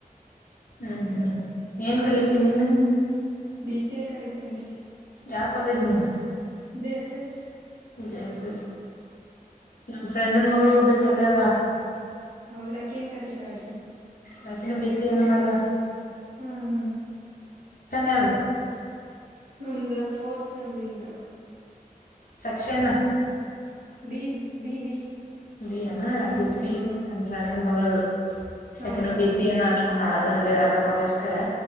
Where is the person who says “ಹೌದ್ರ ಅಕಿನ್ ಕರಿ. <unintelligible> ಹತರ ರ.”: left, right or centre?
Right